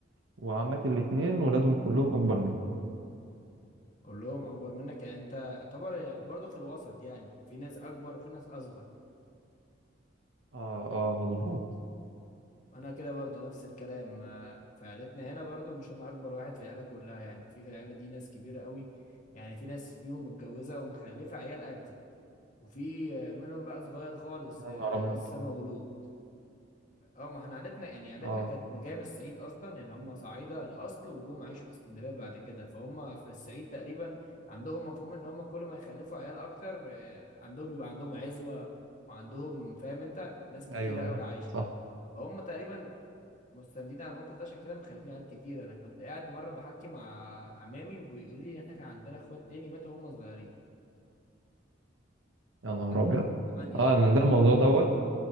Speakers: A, on the right; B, on the left.
A: وعماتي الاتنين ولادهم كلهم اكبر مني
B: كلهم اكبر منك يعني انت تعتبر برضو في الوسط يعني في ناس اكبر وفي ناس اصغر
A: اه اه مظبوط
B: انا كده برضو نفس الكلام آه، في عيلتنا هنا برضو مش انا اكبر واحد في العيله كلها يعني في في العيله دي ناس كبيره قوي يعني في ناس فيهم متجوزه ومخلفه عيال قدي وفي آه، منهم بقى صغير خالص
A: يا
B: آه،
A: نهار ابيض
B: لسه مولود اه ما احنا عيلتنا يعني عيلتنا
A: اه
B: كانت جايه من الصعيد اصلا يعني هم صعايده الاصل وجم عايشوا في اسكندريه بعد كده فهم في الصعيد تقريبا عندهم مفهوم ان هم كل ما يخلفوا عيال اكتر آه، عندهم يبقى عندهم عزوه وعندهم فاهم انت ناس كتيره
A: ايوه
B: قوي
A: ايوه
B: عايشه
A: صح
B: فهم تقريبا مستندين على الموقف ده عشان كده مخلفين عيال كتير انا كنت قاعد مره بحكي مع عمامي وبيقولوا لي ان احنا كان عندنا اخوات تاني ماتوا وهم صغيرين
A: يا نهار
B: غيرهم
A: ابيض
B: هم ثمانيه
A: اه
B: اصلا
A: ان ده الموضوع دوت